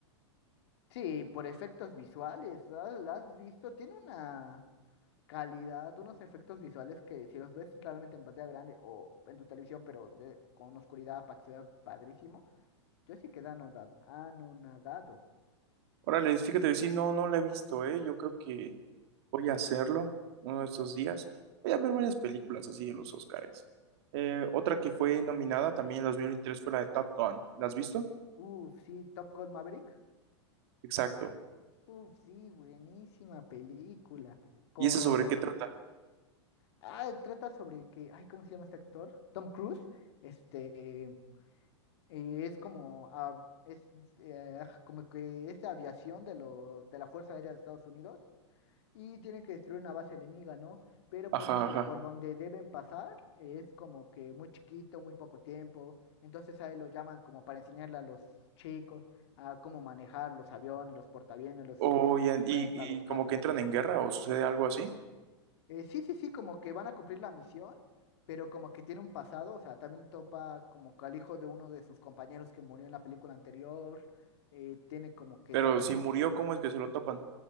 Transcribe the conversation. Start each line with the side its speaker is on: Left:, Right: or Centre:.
Left: Sí, por efectos visuales, ¿la la has visto? Tiene una... calidad, unos efectos visuales que si los ves realmente en pantalla grande o en tu televisión, pero de- con oscuridad para que se vea padrísimo, yo sí quedé anoda- anonadado.
Right: Órale, fíjate, sí, no, no la he visto, ¿eh? Yo creo que voy a hacerlo uno de estos días. Voy a ver varias películas así de los Oscars. Eh, otra que fue nominada también en 2023 fue la de Top Gun. ¿La has visto?
Left: Uf, sí, Top Gun Maverick.
Right: Exacto.
Left: Uf, sí, buenísima película. Con...
Right: ¿Y esa sobre qué trata?
Left: Ah, trata sobre que, ay, ¿cómo se llama este actor? Tom Cruise. Este, eh, es como, ah, es eh, como que es de aviación de, los de la Fuerza Aérea de Estados Unidos y tienen que destruir una base enemiga, ¿no? Pero
Right: Ajá,
Left: pone que
Right: ajá.
Left: por donde deben pasar eh, es como que muy chiquito, muy poco tiempo. Entonces ahí lo llaman como para enseñarle a los chicos a cómo manejar los aviones, los portaaviones, los
Right: O,
Left: F-50,
Right: y, y, y
Left: los
Right: como
Left: cazas.
Right: que entran en guerra o sucede algo así.
Left: Eh, sí, sí, sí, como que van a cumplir la misión, pero como que tiene un pasado, o sea, también topa como que al hijo de uno de sus compañeros que murió en la película anterior, eh, tiene como que
Right: Pero
Left: también
Right: si
Left: esa
Right: murió,
Left: historia.
Right: ¿cómo es que se lo topan?